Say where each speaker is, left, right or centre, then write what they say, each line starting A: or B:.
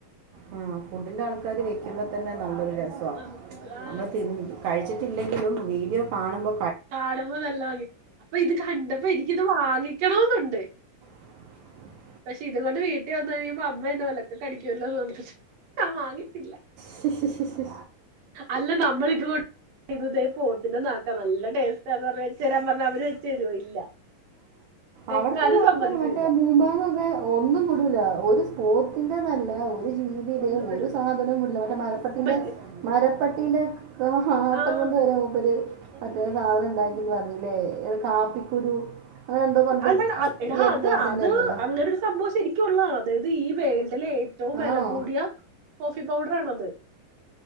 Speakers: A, on the right (about 75°); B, on the right (about 60°).
A: ആ ഫുഡിന്റെ ആൾക്കാര് വെക്കുമ്പോ തന്നെ നല്ലൊരു <unintelligible>
B: നമുക്ക് ആ
A: നമ്മള് തിൻ കഴിച്ചിട്ടില്ലെങ്കിലും വീഡിയോ കാണുമ്പോ
B: കാണുമ്പോ നല്ല ഭംഗി അപ്പൊ ഇത് കണ്ടപ്പോ എനിക്കിത് വാങ്ങിക്കണോന്നുണ്ട്.
A: <inaudible>
B: പക്ഷെ ഇതുകൊണ്ട് വീട്ടിൽ വന്നു കഴിയുമ്പോ അമ്മ എന്ന ഒലക്കക്കടിക്കുഅല്ലോന്ന് ഓർത്തിട്ട് ഞാൻ വാങ്ങിട്ടില്ല.
A: ശിഷി ഷി ഷി
B: അല്ല നമ്മൾ ഇത്ണ്ട് ഇത പോത്തിന്നാക്കാം നല്ല എന്ന് പറ വെച്ച തരാൻ പറഞ്ഞ അവര് വെച്ച് തരുമോ ഇല്ല വെക്കാനും
A: അവിടത്തെുള്ള ആൾക്കാര
B: സമ്മതിക്കൂല്ല
A: മറ്റേ ഭൂഭാഗൊക്കെ ഒന്നും വിടല ഒരു പോത്തിന്റെ നല്ല ജീവിയുടെയും
B: ഒന്നും വിടൂല
A: ഒരു സാധനവും മുട മറ്റേ മരപ്പട്ടീന്റെ
B: മറ്റ്
A: മരപ്പട്ടീന്റെ ആട്ടം
B: ആഹ്
A: കൊണ്ട് മപ്പ മറ്റേ സാധനം ഉണ്ടാക്കിന്ന് പറഞ്ഞേത് കാപ്പിക്കുരു അങ്ങനെ എന്തോ പറഞ്ഞിട്ട്
B: അതാണ് അടാ
A: ഈ അടുത്ത
B: അത്
A: അടുത്തുണ്ടായിരുന്നല്ലോ
B: അത് അങ്ങനരു സംഭവം ശരിക്കുംള്ളതാണ് അതായത് ഈ വേഖല ലെ ഏറ്റവും വില
A: ആണോ
B: കൂടിയ കോഫി പൗഡർ ആണത്